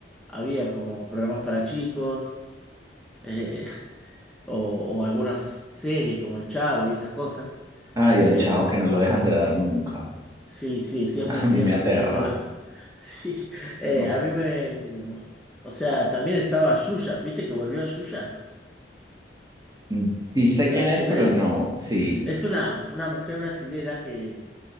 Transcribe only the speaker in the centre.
habían como programas para chicos, eh, <laughs> o, o algunas series como El Chavo y esas cosas.
Eh,
sí, sí, siempre
siguen
repitiéndolo.
<laughs> Sí, eh,
a mí me... O sea, también estaba Yuya, ¿viste que volvió a Yuya?
¿Sabés
quién
es?
Es una, una mujer brasilera que